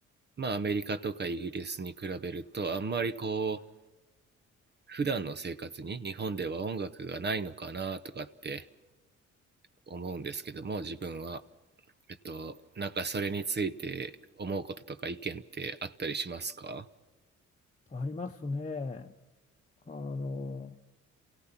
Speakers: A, on the right (about 35°); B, on the left (about 20°).
A: まあ、アメリカとかイギリスに比べると、あんまりこう、普段の生活に日本では音楽がないのかなとかって思うんですけども、自分は。えっと、なんかそれについて思うこととか意見ってあったりしますか
B: ありますね。あの、